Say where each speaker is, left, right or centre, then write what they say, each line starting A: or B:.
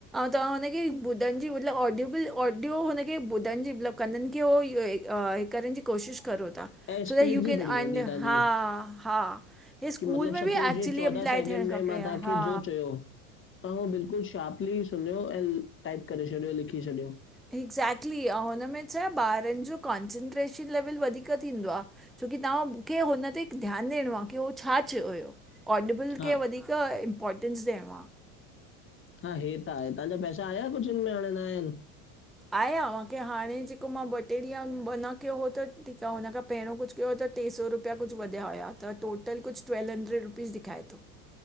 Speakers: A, in the centre; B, on the left.
A: तंव्हा हुनखे ॿुधनजी मतलब ऑडियो बि ऑडियो हुनखे ॿुधण जी मतलब। कंदनि खे उह करण जी कोशिश करो था।
B: ऐं
A: सो
B: स्पीड
A: देट यू केन
B: बि बढ़ी
A: अर्न
B: वेंदी तव्हांजी
A: हा हा। इ स्कूल
B: कि मतिलबु
A: में
B: सपोज
A: बि एक्चुली
B: जीअं चोॾहं
A: अप्लाए
B: सेकेंड
A: थियणु
B: में
A: खपे
B: मां तव्हांखे
A: हा।
B: जो चयो तव्हां उहो बिल्कुल शार्पली सुन्ंयो अंऐं टाइप करे छॾियो लिखी छॾियो।
A: एक्ज़ेक्टली आऊ हुनमें छा ॿारन जो कॉन्संट्रेशन लेवल वधीक थींदो आ। छोकी तांहां मूंखे हुन ते ध्यानु ॾियणो आ की उहो छा चयो हुयो? ऑडिबल
B: हा
A: खे वधीक इम्पॉर्टेंस ॾियणो आ।
B: हा हे त आहे तांजा पैसा आया कुछ हिनमें में हाणे न आयाण?
A: आहे आ माँखे हाणे जेको मां ॿ टे ॾींहं मना कयो हो त ठीक आ हुन खां। पहिरियों कुछ कयो त टे सौ रुपया कुछ वधया हुया त टोटल कुछ ट्वेल्व हंड्रेड रुपीस ॾेखांए थो।